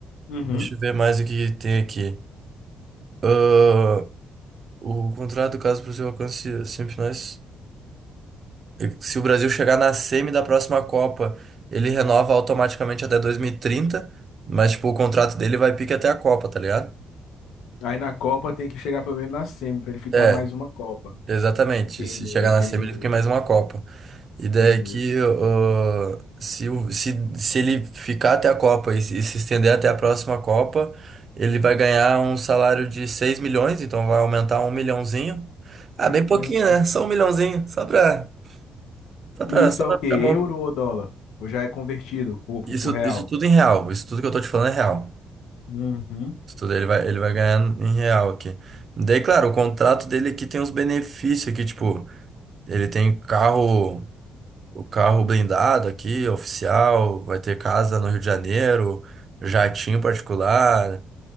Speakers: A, on the left (about 85°); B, on the right (about 45°).
A: Uhum.
B: Deixa eu ver mais o que tem aqui. Ah, o contrato, caso para o seu alcance semifinais. Se o Brasil chegar na semi da próxima Copa, ele renova automaticamente até 2030, mas tipo, o contrato dele vai pique até a Copa, tá ligado?
A: Aí na Copa tem que chegar pelo menos na semi, pra ele ficar
B: É,
A: mais uma Copa.
B: exatamente.
A: Entendeu,
B: Se chegar
A: entendeu,
B: na semi, ele fica em mais uma Copa. Ideia
A: entendeu.
B: é que uh, se, o- se, se ele ficar até a Copa e, se e se estender até a próxima Copa, ele vai ganhar um salário de 6 milhões, então vai aumentar um milhãozinho. Ah,
A: Caramba.
B: bem pouquinho, né? Só um milhãozinho, só pra, só pra,
A: E isso
B: só
A: é
B: pra
A: o quê?
B: ficar
A: Euro
B: bom.
A: ou dólar? Ou já é convertido pro, pro,
B: Isso,
A: pro real?
B: isso tudo em real. Isso tudo que eu tô te falando é real.
A: Uhum.
B: Isso tudo ele vai, ele vai ganhar em real aqui. Daí, claro, o contrato dele aqui tem uns benefícios aqui, tipo, ele tem carro, o carro blindado aqui, oficial, vai ter casa no Rio de Janeiro, jatinho particular,